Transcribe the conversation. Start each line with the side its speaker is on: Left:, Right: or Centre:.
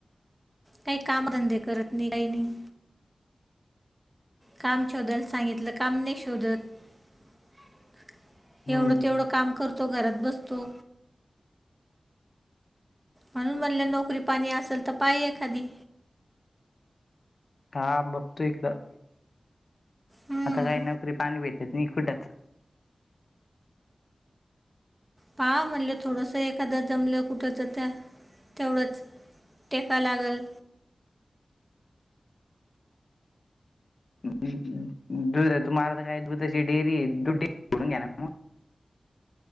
Right: काही कामधंदे करत नाही काही नाही. काम शोधाल सांगितलं काम नाही शोधत. <inaudible>
Left: हम्म
Right: एवढं तेवढं काम करतो घरात बसतो. म्हणून म्हणलं नोकरी पाणी असेल तर पाहि एखादी.
Left: हा बघतोयदां.
Right: हम्म
Left: आता काय नकरी पाणी भेटत न कुटच.
Right: पाहा म्हणलं थोडंसं एखादं जमलं कुठच त्या तेवढंच. टेका लागल.
Left: दध तुम्हाला तर काय दुध तशी डेअरी दुध डेडून घ्या ना. मग